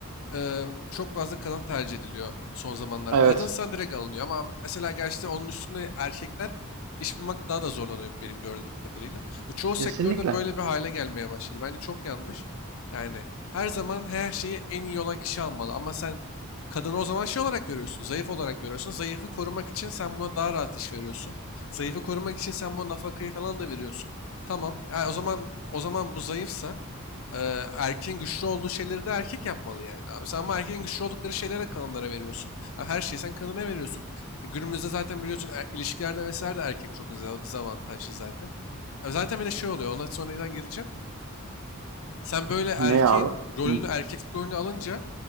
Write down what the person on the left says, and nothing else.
eee, çok fazla kadın tercih ediliyor son zamanlar.
Kadınsan direkt alınıyor ama mesela gerçi onun üstünde erkekler iş bulmakta daha da zorlanıyor benim gördüğüm kadarıyla. Bu çoğu sektörde
böyle bir hale gelmeye başladı. Bence çok yanlış. Yani her zaman her şeyi en iyi olan kişi almalı ama sen kadını o zaman şey olarak görüyorsun, zayıf olarak görüyorsun. Zayıfı korumak için sen buna daha rahat iş veriyorsun. Zayıfı korumak için sen buna nafakayı falan da veriyorsun. Tamam. ya o zaman o zaman bu zayıfsa Eee erkeğin güçlü olduğu şeyleri de erkek yapmalı yani abi. Sen ama erkeğin güçlü oldukları şeylere kadınlara veriyorsun. Ha, her şeyi sen kadına veriyorsun. E, günümüzde zaten biliyorsun er- ilişkilerde vesaire de erkek çok deza- dezavantajlı zaten. Abi zaten bir de şey oluyor ona sonradan gireceğim. Sen böyle erkeğin
rolünü
erkeklik rolünü alınca